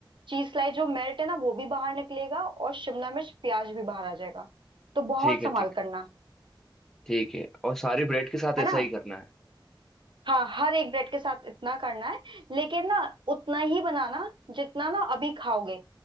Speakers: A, on the right; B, in the centre.
A: चीज लाई जो मेल्ट है ना वो भी बाहर निकलेगा और शिमला मिर्च प्याज भी बाहर आ जाएगा तो बहुत
B: ठीक है
A: संभाल
B: ठीक है
A: करना
B: ठीक है और सारी ब्रेड के साथ
A: है
B: ऐसा
A: ना
B: ही करना है
A: हाँ हर एक ब्रेड के साथ इतना करना है लेकिन ना उतना ही बनाना जितना ना अभी खाओगे